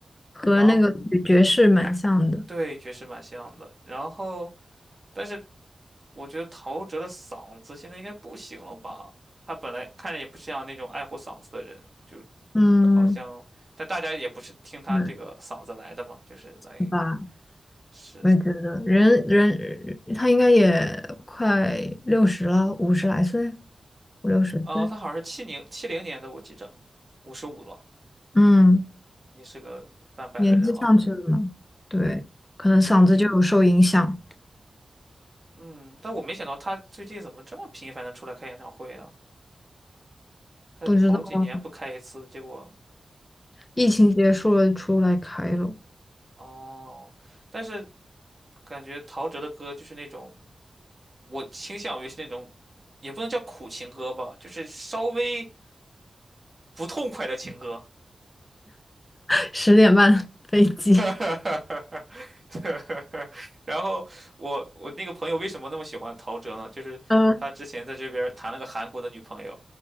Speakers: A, on the left; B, on the right.
A: 和那个女爵士蛮像的。
B: 然后对爵士蛮像的，然后但是我觉得陶喆的嗓子现在应该不行了吧。他本来看着也不像那种爱护嗓子的人，就
A: 嗯，
B: 好像，但大家也不是听他这个嗓子来的嘛，
A: 嗯，
B: 就是来
A: 是吧？
B: 是，
A: 我也觉得，人人他应该也快六十了，五十来岁，五六十岁，
B: 呃，他好像是七零七零年的，我记着，五十五了，
A: 嗯，
B: 也是个半百的人了。
A: 年纪上去了嘛，对，可能嗓子就有受影响，
B: 对，嗯，但我没想到他最近怎么这么频繁的出来开演唱会啊？他好几年不开一次，
A: 不知道。
B: 结果
A: 疫情结束了，出来开了，
B: 哦，但是感觉陶喆的歌就是那种，我倾向于是那种，也不能叫苦情歌吧，就是稍微不痛快的情歌。
A: <laughs> 十点半的飞机
B: <laughs> <laughs> 然后我我那个朋友为什么那么喜欢陶喆呢？就是他之前在这边儿谈了个韩国的女朋友，
A: <laughs>，嗯，